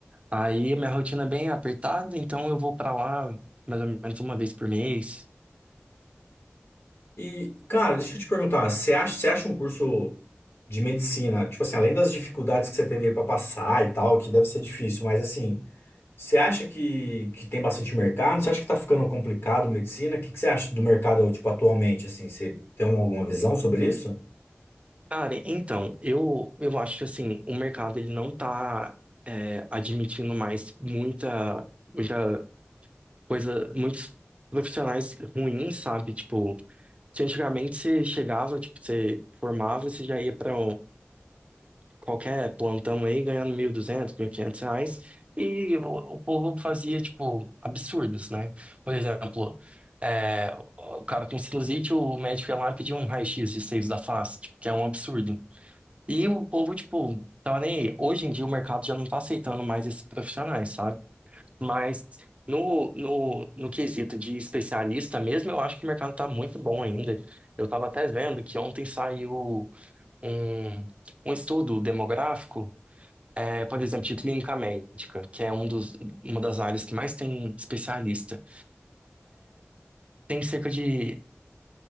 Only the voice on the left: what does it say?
E, cara, deixa eu te perguntar, você acha, você acha um curso de medicina, tipo assim, além das dificuldades que você teve aí pra passar e tal, que deve ser difícil, mas assim. Você acha que, que tem bastante mercado? Você acha que tá ficando complicado medicina? O que, que você acha do mercado, tipo, atualmente, assim? Você tem alguma visão sobre isso?